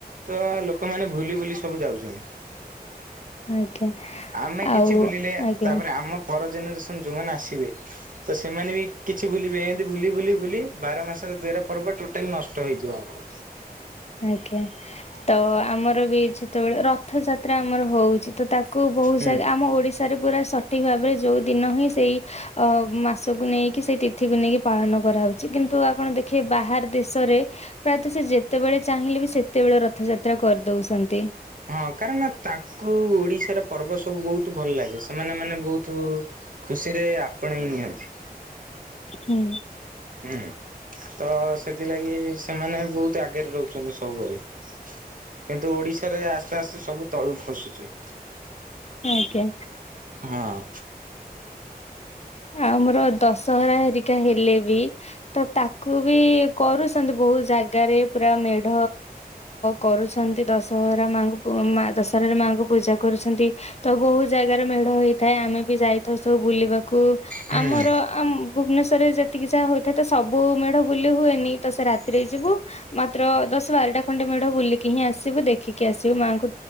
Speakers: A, on the right; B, on the left.
A: ତ ଲୋକମାନେ ଭୁଲି ବୁଲି ସବୁ ଯାଉଛନ୍ତି।
B: ଆଜ୍ଞା
A: ଆମେ କିଛି
B: ଆଉ
A: ବୁଲିଲେ
B: ଆଜ୍ଞା
A: ତାପରେ ଆମ ପର ଜେନ ରେସନ ଯୋଉମାନେ ଆସିବେ ତ ସେମାନେ ବି କିଛି ଭୁଲିବେ ଏମତି ଭୁଲି ବୁଲି ବାର ମାସର ତେର ପର୍ବ ଟୋଟାଲ ନଷ୍ଟ ହେଇଯିବ ଆମର।
B: ଆଜ୍ଞା ତ ଆମର ବି ଯେତେବେଳେ ରଥଯାତ୍ରା ଆମର ହଉଛି ତ ତାକୁ କୁ ବହୁତ
A: ହୁଁ।
B: ଜାଗା ଆମ ଓଡିଶାରେ ପୁରା ସଠିକ ଭାବ ଯୋଉ ଦିନ ହିଁ ସେଇ ମାସକୁ ନେଇକି ସେଇ ତିଥିକୁ ନେଇକି ପାଳନ କରାହଉଛି କିନ୍ତୁ ଆପଣ ଦେଖିବେ ବାହାର ଦେଶରେ ପ୍ରାୟତଃ ସେ ଯେତେବେଳେ ଚାହିଁଲେ ବି ସେତେବେଳେ ରଥଯାତ୍ରା କରିଦଉଛନ୍ତି।
A: ହଁ କାରଣ ତାଙ୍କୁ ଓଡିଶାର ପର୍ବ ସବୁ ବହୁତ ଭଲ ଲାଗେ ସେମାନେ ମାନେ ବହୁତ ତୁ ଖୁସିରେ ଆପଣେଇ ନିଅନ୍ତି।
B: ହୁଁ।
A: ହୁଁ ତ ସେଥିଲାଗି ସେମାନେ ବହୁତ ଆଗରେ ରହୁଛନ୍ତି ସବୁବେଳେ। କିନ୍ତୁ ଓଡିଶାରେ ଆସ୍ତେ ଆସ୍ତେ ସବୁ ତଳୁକୁ ଖସୁଛି।
B: ଆଜ୍ଞା।
A: ହଁ।
B: ଆଉ ଆମର ଦଶହରା ହେରିକା ହେଲେ ବି ତ ତାକୁ ବି କରୁଛନ୍ତି ବହୁତ ଜାଗାରେ ପୁରା ମେଢ କରୁଛନ୍ତି ଦଶହରା ମାଙ୍କୁ ମା ଦଶହରାରେ ମାଙ୍କୁ ପୂଜା କରୁଛନ୍ତି ତ ବହୁତ ଜାଗାରେ ମେଢ ହେଇଥାଏ ଆମେ ବି ଯାଇଥାଉ ସବୁ ବୁଲିବାକୁ।
A: ହୁଁ।
B: ଆମର ଆମ ଭୁବନେଶ୍ଵରରେ ଯେତିକି ଯାହା ହୋଇଥାଏ ତ ସବୁ ମେଢ ବୁଲି ହୁଏନି। ତ ସେ ରାତିରେ ଯିବୁ ମାତ୍ର ଦଶ ବାରଟା ଖଣ୍ଡେ ମେ ବୁଲିକି ହିଁ ଆସିବୁ ଦେଖିକି ଆସିବୁ ମାଙ୍କୁ।